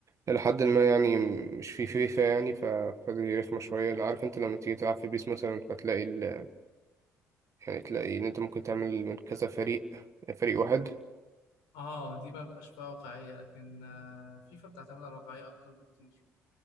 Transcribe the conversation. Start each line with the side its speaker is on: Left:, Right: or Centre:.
Right: الى حد ما يعني مش في فيفا يعني ف... فدي رخمه شويه عارف انت لما تيجي تلعب في بيس مثلا فتلاقي ال... يعني تلاقي ان انت ممكن تعمل من كذا فريق فريق واحد
Left: اه دي ما بقاش فيها واقعية لكن آه، فيفا بتعتمد على الواقعية اكتر بكتير